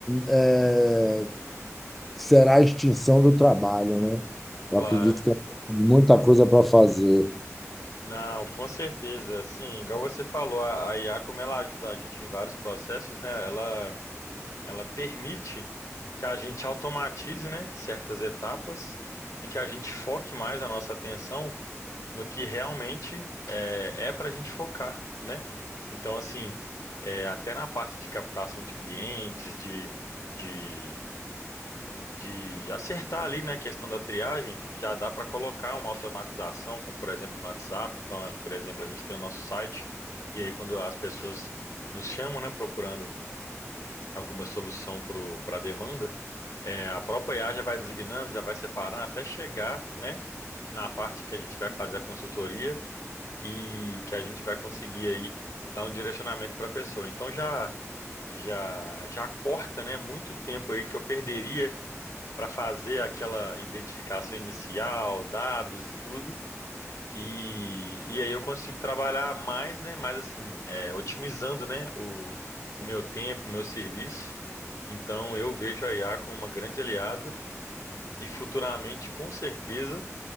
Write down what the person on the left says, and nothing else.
claro.
Não, com certeza. Assim, igual você falou, a a IA, como ela ajuda a gente em vários processos, né? Ela, ela permite que a gente automatize, né, certas etapas e que a gente foque mais a nossa atenção no que realmente é, é para a gente focar, né? Então, assim, é, até na parte de captação de clientes, de, de de acertar ali, né, a questão da triagem, já dá para colocar uma automatização, como por exemplo no WhatsApp. Então, é, por exemplo, a gente tem o nosso site, e aí quando as pessoas nos chamam, né, procurando alguma solução para a demanda, é, a própria IA já vai designando, já vai separando, até chegar, né, na parte que a gente vai fazer a consultoria e que a gente vai conseguir aí dar um direcionamento para a pessoa. Então, já já já corta, né, muito tempo aí que eu perderia para fazer aquela identificação inicial, dados e tudo. E, e aí eu consigo trabalhar mais, né? Mais assim, é, otimizando, né? O, o meu tempo, o meu serviço. Então eu vejo a IA como uma grande aliada e futuramente, com certeza,